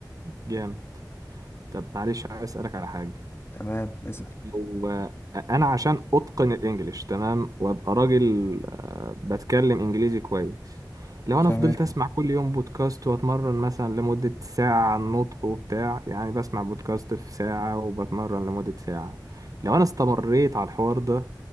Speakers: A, on the right (about 50°); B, on the left (about 30°).
A: جامد طب معلش عايز اسالك على حاجة
B: تمام مثلا
A: هو انا عشان اتقن الانجليش تمام وابقى راجل آه، بتكلم انجليزي كويس لو
B: تمام
A: انا فضلت اسمع كل يوم بودكاست واتمرن مثلا لمدة ساعة على النطق وبتاع يعني بسمع بودكاست في ساعة وبتمرن لمدة ساعة لو انا استمريت على الحوار ده